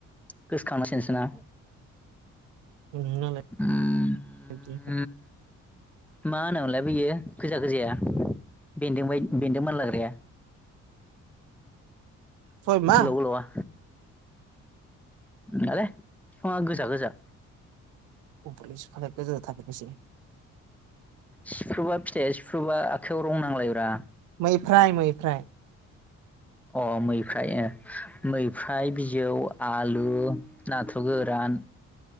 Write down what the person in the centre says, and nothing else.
गोसोखांनांसिगोनसो ना
उम
मा होनोमलाय बियो गोजा गोजाया बेन्दों बा बेन्दों मानलाग्राया
गोलाव गोलावआ नोंङा ले बिफाना गोजा गोजा
सिफ्रुबा सिफ्रुबा आखाइायाव रं नांलायब्रा
अ मैफ्राय मैफ्राय बिजौ आलु नाथुर गोरान